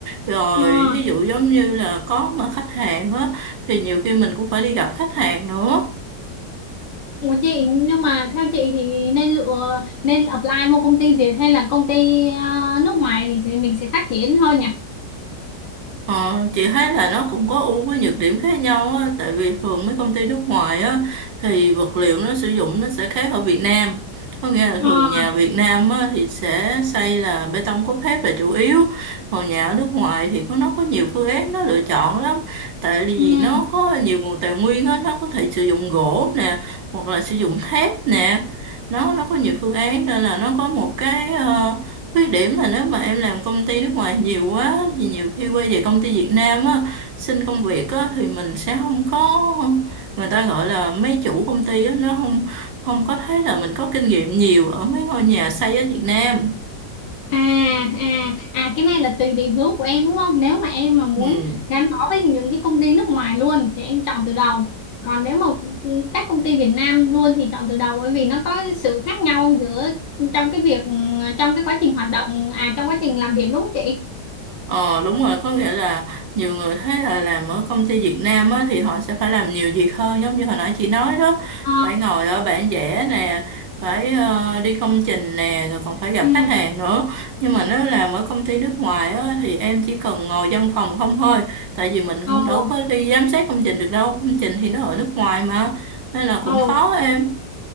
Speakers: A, on the right; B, on the left.
A: rồi
B: ờ.
A: thí dụ giống như là có mà khách hàng á thì nhiều khi mình cũng phải đi gặp khách hàng nữa
B: Ủa chị nhưng mà theo chị thì nên lựa nên apply vô công ty Việt hay là công ty ờ, nước ngoài thì sẽ- mình sẽ phát triển hơn nhỉ?
A: Ờ, chị thấy là nó cũng có ưu với nhược điểm khác nhau á, tại vì thường mấy công ty nước ngoài á thì vật liệu nó sử dụng nó sẽ khác ở Việt Nam. Có nghĩa là
B: Ờ,
A: thường nhà Việt Nam á, thì sẽ xây là bê tông cốt thép là chủ yếu, còn nhà ở nước ngoài thì có nó có nhiều phương án nó lựa chọn lắm. Tại vì
B: ừ.
A: nó có nhiều nguồn tài nguyên á, nó có thể sử dụng gỗ nè, hoặc là sử dụng thép nè. Nó nó có nhiều phương án nên là nó có một cái ờ, khuyết điểm là nếu mà em làm công ty nước ngoài nhiều quá thì nhiều khi quay về công ty Việt Nam á, xin công việc á thì mình sẽ không có người ta gọi là mấy chủ công ty á nó không không có thấy là mình có kinh nghiệm nhiều ở mấy ngôi nhà xây ở Việt Nam.
B: À, à, à cái này là tùy định hướng của em đúng không? Nếu mà em mà muốn
A: Ừ.
B: gắn bó với những cái công ty nước ngoài luôn thì em chọn từ đầu. Còn nếu mà các công ty Việt Nam luôn thì chọn từ đầu bởi vì nó có sự khác nhau giữa trong cái việc ừ, trong cái quá trình hoạt động à trong quá trình làm việc đúng không chị?
A: Ờ đúng rồi, có nghĩa là nhiều người thấy là làm ở công ty Việt Nam á, thì họ sẽ phải làm nhiều việc hơn giống như hồi nãy chị nói đó
B: Ờ,
A: phải ngồi ở bản vẽ nè phải ờ, đi công trình nè rồi còn phải gặp
B: ừ,
A: khách hàng nữa nhưng mà nếu làm ở công ty nước ngoài á, thì em chỉ cần ngồi văn phòng không thôi tại vì mình
B: ồ,
A: cũng đâu có đi giám sát công trình được đâu công trình thì nó ở nước ngoài mà nên là cũng
B: ồ.
A: khó em